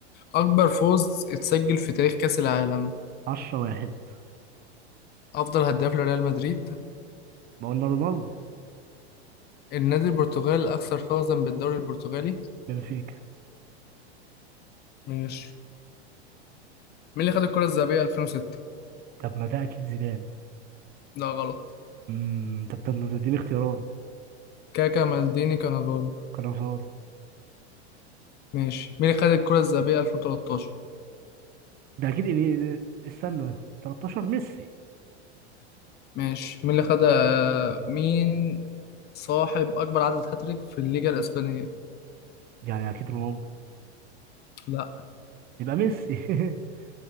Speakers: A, on the left; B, on the right.
A: أكبر فوز اتسجل في تاريخ كأس العالم
B: 10 واحد
A: أفضل هداف لريال مدريد
B: ما قلنا رونالدو
A: النادي البرتغالي الأكثر فوزا بالدوري البرتغالي
B: بنفيكا
A: ماشي مين اللي خد الكرة الذهبية 2006
B: طب ما ده أكيد زيدان
A: لا غلط
B: امم طب طب ما تديني اختيارات
A: كاكا مالديني كانافارو
B: كانافارو
A: ماشي مين اللي خد الكرة الذهبية 2013
B: ده اكيد إني... استنى 13 ميسي
A: ماشي مين اللي خد آه، مين صاحب أكبر عدد هاتريك في الليجا الإسبانية
B: يعني اكيد رونالدو
A: لا
B: يبقى ميسي <laughs>